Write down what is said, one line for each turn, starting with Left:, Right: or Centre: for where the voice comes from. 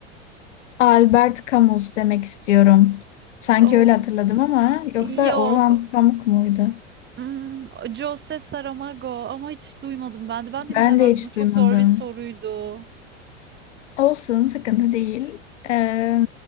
Left: Albert Camus demek istiyorum. Sanki
Right: Oh,
Left: öyle hatırladım ama yoksa
Right: yok
Left: Orhan Pamuk muydu?
Right: Hmm, Jose Saramago ama hiç duymadım ben de. Ben de
Left: Ben
Right: bilemezdim.
Left: de hiç
Right: Bu çok
Left: duymadım.
Right: zor bir soruydu.
Left: Olsun, sıkıntı değil. Ee,